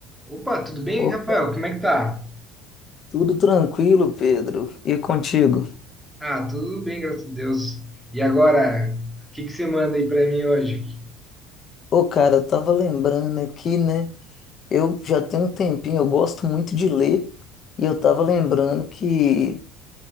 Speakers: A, in the centre; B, on the left.
A: Opa, tudo bem,
B: Ô,
A: Rafael? Como é que tá?
B: tudo tranquilo, Pedro. E contigo?
A: Ah, tudo bem, graças a Deus. E agora, o que que você manda aí pra mim hoje?
B: Ô, cara, eu tava lembrando aqui, né? Eu já tenho um tempinho, eu gosto muito de ler, e eu tava lembrando que